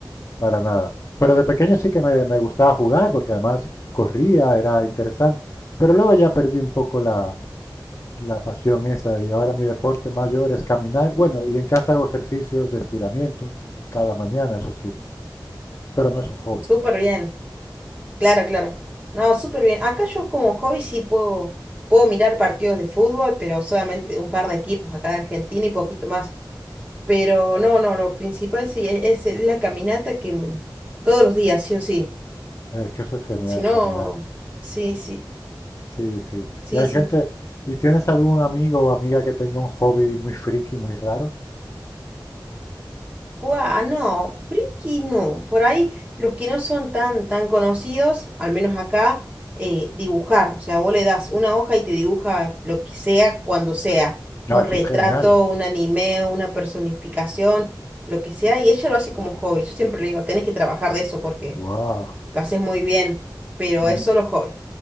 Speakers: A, on the left; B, on the right.
A: para nada. Pero de pequeño sí que me, me gustaba jugar, porque además corría, era interesante. Pero luego ya perdí un poco la, la pasión esa. Y ahora mi deporte mayor es caminar. Bueno, y en casa hago ejercicios de estiramiento cada mañana, eso sí. Pero no es un hobby.
B: Súper bien, claro, claro. No, súper bien. Acá yo como hobby sí puedo, puedo mirar partidos de fútbol, pero solamente un par de equipos acá de Argentina y poquito más. Pero no, no, lo principal sí es, es la caminata que mm, todos los días, sí o sí.
A: Es que eso es genial,
B: Si no,
A: caminar.
B: sí, sí,
A: Sí, sí.
B: sí,
A: Y hay
B: sí.
A: gente, ¿y tienes algún amigo o amiga que tenga un hobby muy friki, muy raro?
B: Fua, no, creo que no. Por ahí los que no son tan, tan conocidos, al menos acá, eh, dibujar. O sea, vos le das una hoja y te dibuja lo que sea, cuando sea.
A: No,
B: Un
A: eso
B: retrato,
A: es genial.
B: un anime, una personificación, lo que sea. Y ella lo hace como hobby. Yo siempre le digo, tenés que trabajar de eso porque
A: Wow.
B: lo haces muy bien, pero
A: A,
B: es solo hobby.